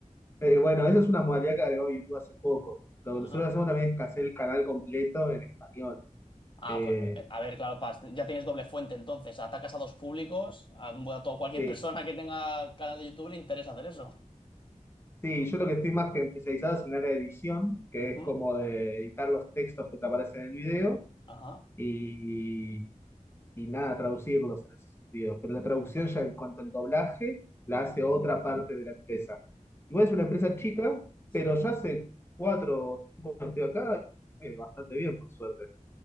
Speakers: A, on the left (about 20°); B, on the left (about 40°).
A: Eh, bueno, esa es una modalidad que agregó YouTube hace poco. Lo
B: ajá.
A: que nosotros hacemos también es que hacer el canal completo en español.
B: Ah,
A: Eh,
B: pues eh, a ver, claro, pas- ya tienes doble fuente entonces. Atacas a dos públicos, a, bueno, a todo- cualquier
A: sí,
B: persona que tenga canal de YouTube le interesa hacer eso.
A: sí, yo lo que estoy más que especializado es en el área de edición, que
B: Ujú,
A: es como de editar los textos que te aparecen en el video
B: Ajá.
A: Y y nada, traducirlos en ese sentido. Pero la traducción ya en cuanto al doblaje la hace otra parte de la empresa. Igual es una empresa chica,
B: Sí.
A: pero ya hace cuatro o cinco años que estoy acá, eh, bastante bien, por suerte.